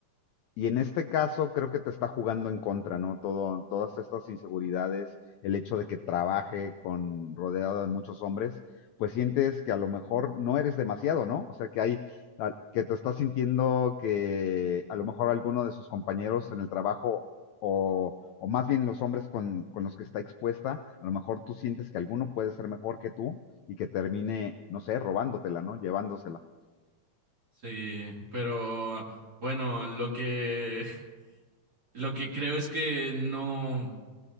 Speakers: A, on the left; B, on the right.
A: y en este caso creo que te está jugando en contra, ¿no? Todo, todas estas inseguridades, el hecho de que trabaje con rodeado de muchos hombres, pues sientes que a lo mejor no eres demasiado, ¿no? O sea, que hay, a- que te estás sintiendo que a lo mejor alguno de sus compañeros en el trabajo o, o más bien los hombres con, con los que está expuesta, a lo mejor tú sientes que alguno puede ser mejor que tú y que termine, no sé, robándotela, ¿no? Llevándosela.
B: Sí, pero bueno, lo que <laughs> lo que creo es que no